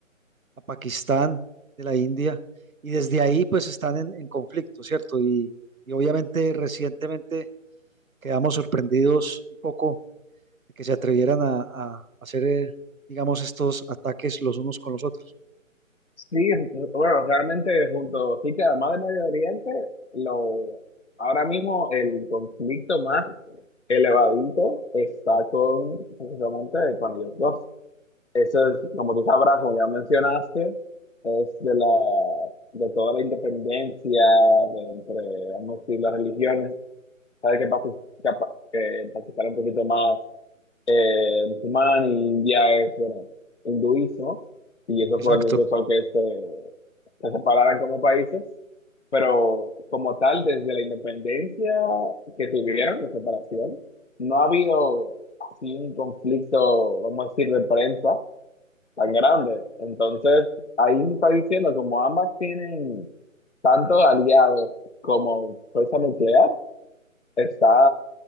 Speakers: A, on the right; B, on the left.
A: a Pakistán de la India y desde ahí pues están en, en conflicto, ¿cierto? Y, y obviamente recientemente quedamos sorprendidos un poco de que se atrevieran a, a hacer, eh, digamos, estos ataques los unos con los otros.
B: sí, bueno, realmente junto, sí que además de Medio Oriente, lo, ahora mismo el conflicto más elevadito está con, precisamente, con ellos dos. Eso es, como tú sabrás, como ya mencionaste, es de la, de toda la independencia de entre, vamos a decir, las religiones. Sabes que, Pakis- que, Pa- que Pakistán es un poquito más eh, musulmán y India es, bueno, hinduismo. Y eso
A: Exacto.
B: fue lo que causó que se, se separaran como países. Pero como tal, desde la independencia que tuvieron, la separación, no ha habido así un conflicto, vamos a decir, de prensa tan grande. Entonces, ahí está diciendo, como ambas tienen tantos aliados como fuerza nuclear, está